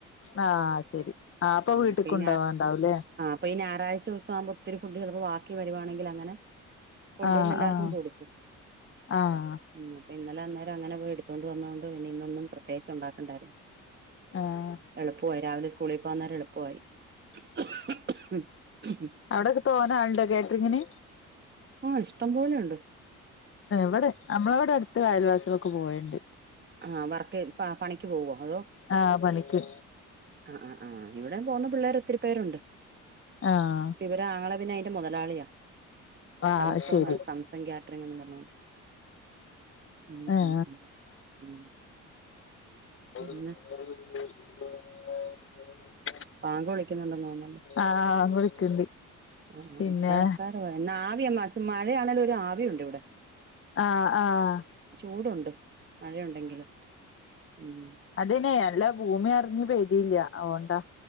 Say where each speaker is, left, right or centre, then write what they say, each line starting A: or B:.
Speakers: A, on the left; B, on the right.
A: ആഹ് ശെരി ആ അപ്പൊ
B: ആഹ്
A: വ്ട്ട്ക്ക്ണ്ടോവാൻ
B: ഈ ഞാ
A: ണ്ടാവുലെ.
B: ആഹ് അപ്പേ ഈ ഞായറാഴ്ചൊസാവുംമ്പോ ഒത്തിരി ഫുഡ്‌ ചെലപ്പോ വാക്കി വരുവാണെങ്കിൽ അങ്ങനെ കൊണ്ടുവന്ന
A: ആഹ്
B: എല്ലാർക്കും
A: ആഹ്
B: കൊടുക്കും.
A: ആഹ്
B: ഉം പ്പൊ ഇന്നലെ അന്നേരം അങ്ങെനേ പോയി എടുത്തോണ്ട് വന്നോണ്ട് പിന്നേ ഇന്നൊന്നും പ്രത്യേകിച്ച് ഉണ്ടാക്കണ്ടായിരുന്നു.
A: ആഹ്
B: എളുപ്പവായി രാവിലെ സ്കൂളിൽ പെനേരം എളുപ്പൊയി. <unintelligible>
A: അവടൊക്കെ തോനാ ആള്ണ്ടോ കേറ്ററിങ്ങിന്?
B: ആഹ് ഇഷ്ടം പോലെയുണ്ട്.
A: വടെ നമ്മളവടെ അടുത്ത് അ യൽവാസിലോക്കെ പോയണ്ട്.
B: ആഹ് വർക്ക് ആഹ് പണിക്ക് പോവോ അതോ
A: ആഹ് പണിക്ക്
B: ആ ആ ആ ഇവടെ പോവുന്ന പിള്ളേര് ഒത്തിരി പേരുണ്ട്
A: ആഹ്
B: ഒരാങ്ങളെ പിന്നെ അയിന്റെ മൊതലാളിയാ
A: ആഹ്
B: സംസോന്ന്
A: ശരി
B: സംസഗ്യ അത്രങ്ങും പറഞ്ഞോണ്ട് ഉം
A: ആഹ്
B: ഉം ഉം. ഉം.
A: ആ
B: പിന്നെ
A: <unintelligible>
B: പാങ്ക് വിളിക്കുന്നുണ്ട തോന്നല്ലേ
A: ആഹ് വിളിക്ക്ണ്ട്
B: ആ
A: പിന്നെ
B: ഇഷാസ്ക്കാ ആവിയമ്മ മഴയാണെലും ഒരു ആവിയുണ്ട് ഇവിടെ.
A: ആഹ് ആഹ്.
B: ചൂടുണ്ട് മഴയുണ്ടെങ്കിലും ഉം.
A: അതനെ അല്ലാ ഭൂമി അറിഞ് പെയ്തിയില്ല അഓണ്ടാ.